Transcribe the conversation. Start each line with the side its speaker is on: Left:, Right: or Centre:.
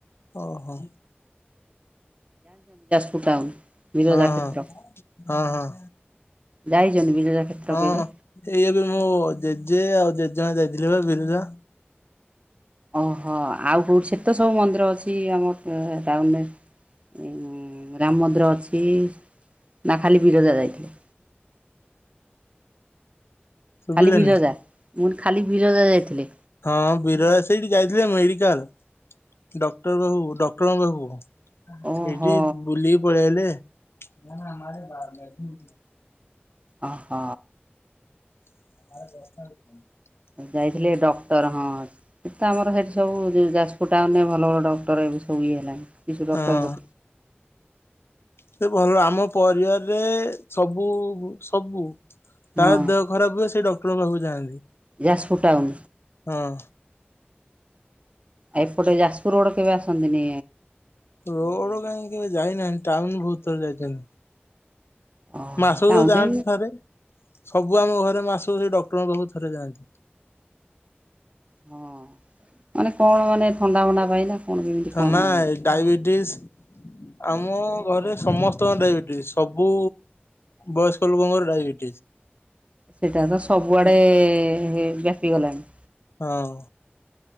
Left: ଓ ହୋ।
Right: <unintelligible>
Left: ହଁ
Right: କ୍ଷେତ୍ର
Left: ହଁ ହଁ ହଁ।
Right: ଯାଇଛନ୍ତି? ବିରଜା କ୍ଷେତ୍ର
Left: ହଁ
Right: କେବେ?
Left: ଏଇ ଏବେ ମୋ ଜେଜେ ଆଉ ଜେଜେମା ଯାଇଥିଲେ ବା ବିିରଜା।
Right: ଓହୋ ଆଉ କୋଉଠି ସେଠି ସବୁ ମନ୍ଦିର ଅଛି ଆମ ଅ ଟାଉନରେ। ଉଁ ରାମମନ୍ଦିର ଅଛି ନା ଖାଲି ବିରଜା ଯାଇଥିଲେ?
Left: ଶୁଭିଲାନି
Right: ଖାଲି ବିରଜା ମୁଁ କଇଲି ବିରଜା ଯାଇଥିଲେ!
Left: ହଁ ବିରଜା ସେଇଠି ଯାଇଥିଲେ ମେଡିକାଲ ଡକ୍ଟର ବାବୁ ଡକ୍ଟର ବାବୁଙ୍କ ପାଖକୁ
Right: ଓହୋ।
Left: ସେଇଠି ବୁଲିକି ପଳେଇ ଆଇଲେ ହୁଁ।
Right: ଅ ହ।
Left: <unintelligible>
Right: ଯାଇଥିଲେ ଡକ୍ଟର ହଁ ସେ ତ ଆମର ସେଇଠି ସବୁ ଯାଜପୁର ଟାଉନରେ ଭଲ ଭଲ ଡକ୍ଟର ଏ ସବୁ ଇଏ <inaudible> ଶିଶୁ ଡକ୍ଟର।
Left: ହଁ ସେ ଭଲ ଆମ ପରିବାରରେ ସବୁ ସବୁ। ତାର
Right: ହଁ
Left: ଦେହ ଖରାପ ହୁଏ ସେ ଡକ୍ଟରଙ୍କ ପାଖକୁ ଯାଆନ୍ତି।
Right: ଯାଜପୁର ଟାଉନ
Left: ହଁ।
Right: ଆ ଏପଟେ ଯାଜପୁର ରୋଡ୍ କେବେ ଆସନ୍ତିନି।
Left: ରୋଡ
Right: ମାନେ
Left: କାହିଁ କେବେ ଯାଇନାହିଁ ଟାଉନ ବହୁତ୍ ଥର ଯାଇଛନ।
Right: ଓହୋ
Left: ମାସକୁ
Right: ଟାଉନରେ
Left: ତ ଯାଆନ୍ତି ଥରେ ସବୁ ଆମ ଘରେ ମାସ କୁ ସେ ଡ ଙ୍କ ପାଖକୁ ଥରେ ଯାଆନ୍ତି।
Right: ହଁ ମାନେ କଣ ମାନେ ଥଣ୍ଡା ଭଣ୍ଡା ଧଇଲେ କଣ କେମିତି
Left: ଥନା
Right: କଣ ହେନେ।
Left: ଡାଇବେଟିସ ଆମ ଘରେ ସମସ୍ତଙ୍କ ଡାଇବେଟିସ୍ ସବୁ ବୟସ୍କ ଲୋକଙ୍କର ଡାଇବେଟି
Right: ସେଟା ତ ସବୁଆଡେ ବ୍ୟାପି ଗଲାଣି।
Left: ହଁ।